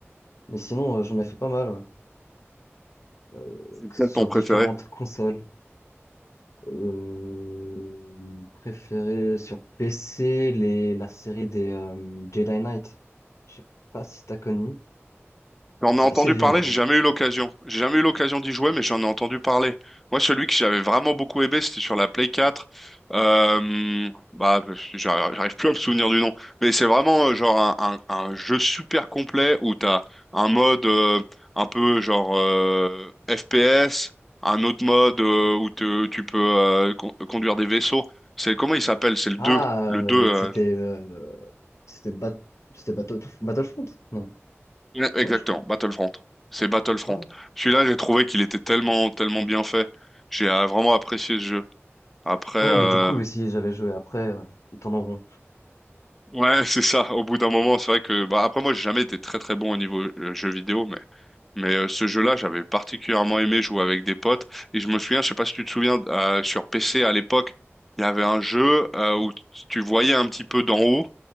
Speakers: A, on the left; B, in the centre.
A: Mais sinon, euh, j'en ai fait pas mal, ouais. Euh,
B: C'est lequel
A: que- sur
B: ton préféré?
A: différentes consoles. Euh, préféré sur PC, les, la série des euh, Jedi Knight. Je sais pas si t'as connu.
B: J'en
A: C'est
B: ai entendu
A: assez vieux
B: parler,
A: en vrai.
B: j'ai jamais eu l'occasion. J'ai jamais eu l'occasion d'y jouer, mais j'en ai entendu parler. Moi, celui que j'avais vraiment beaucoup aimé, c'était sur la Play 4. Euh, bah, j'arrive j'arrive plus à me souvenir du nom, mais c'est vraiment euh, genre un, un, un jeu super complet où t'as un mode euh, un peu genre euh, FPS, un autre mode euh, où te- tu peux euh, con- conduire des vaisseaux. C'est comment il s'appelle? C'est le 2.
A: Ah,
B: Le
A: euh,
B: deux. euh,
A: c'était euh, c'était Bat- c'était Battle- Battlefront? Non.
B: Ouais, Exactement,
A: Ouais, je crois.
B: Battlefront. C'est Battlefront.
A: Ouais, ouais.
B: Celui-là, j'ai trouvé qu'il était tellement, tellement bien fait. J'ai euh, vraiment apprécié ce jeu. Après, euh,
A: Ouais, il était cool aussi, j'avais joué après, ouais. Ils tournent en rond.
B: ouais, <laughs> c'est ça. Au bout d'un moment, c'est vrai que, bah, après moi, j'ai jamais été très, très bon au niveau euh, jeu vidéo, mais, mais euh, ce jeu-là, j'avais particulièrement aimé jouer avec des potes. Et je me souviens, je sais pas si tu te souviens, euh, sur PC à l'époque, il y avait un jeu euh, où tu voyais un petit peu d'en haut